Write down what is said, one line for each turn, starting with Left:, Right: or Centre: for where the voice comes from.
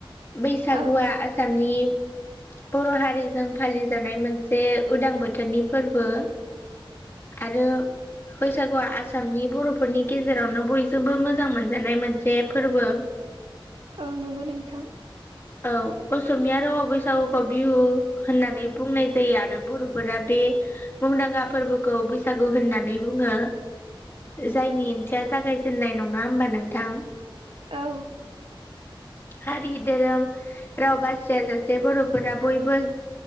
Left: बैसागुआ
Right: औ
Left: आसामनि बर' हारिजों फालिजानाय मोनसे उदां बोथोरनि फोरबो। आरो बैसागुआ आसामनि बर'फोरनि गेजेरावनो बयजोंबो मोजां मोजां मोनजानाय मोनसे फोरबो।
Right: औ नंगौ नोंथां।
Left: औ असमिया रावाव बैसागुखौ बिहु होननानै बुंनाय जायो आरो बर'फोरा बे मुंदांखा फोरबोखौ बैसागु होननानै बुङो। जायनि ओंथिया जागायजेननाय नङा होमबा नोंथां।
Right: औ।
Left: हारि, धोरोम राव बासिया जासे बर'फोरा बयबो